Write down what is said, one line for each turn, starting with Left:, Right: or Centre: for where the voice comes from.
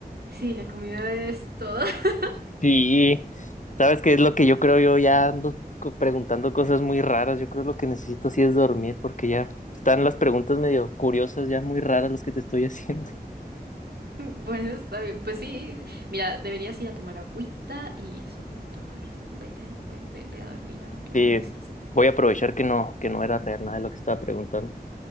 Right: Sí, la comida es todo. <laughs>
Left: Sí. ¿Sabes qué es lo que yo creo? Yo ya ando co- preguntando cosas muy raras. Yo creo lo que necesito sí es dormir porque ya están las preguntas medio curiosas, ya muy raras las que te estoy <laughs> haciendo.
Right: Bueno, está bien. Pues sí, mira, deberías ir a tomar agüita y eso, y tomar. Vete, ve, ve, ve a dormir, a tomar
Left: Sí,
Right: una siesta.
Left: voy a aprovechar que no, que no era real nada de lo que estaba preguntando.